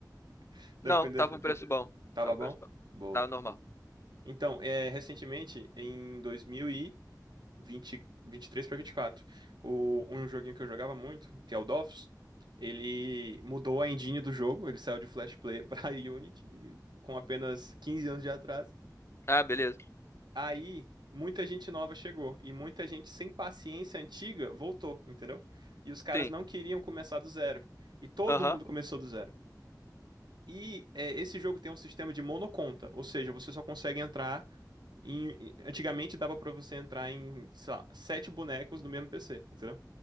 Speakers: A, on the right; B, on the left.
A: <laughs> Dependendo
B: Não, tava um
A: de.
B: preço bom.
A: Tava
B: Tava
A: bom?
B: um preço bom.
A: Boa.
B: Tava normal.
A: Então, é, recentemente, em 2000 e vinte vinte e três para vinte e quatro O, um joguinho que eu jogava muito, que é o Dofus, ele mudou a engine do jogo, ele saiu de Flash Player para <laughs> Unity com apenas 15 anos de atraso.
B: Ah, beleza.
A: Aí muita gente nova chegou e muita gente sem paciência antiga voltou, entendeu? E os caras
B: Sim.
A: não queriam começar do zero. E todo
B: Aham.
A: mundo começou do zero. E é, esse jogo tem um sistema de monoconta, ou seja, você só consegue entrar em. em- Antigamente dava pra você entrar em, sei lá, sete bonecos do mesmo PC, entendeu?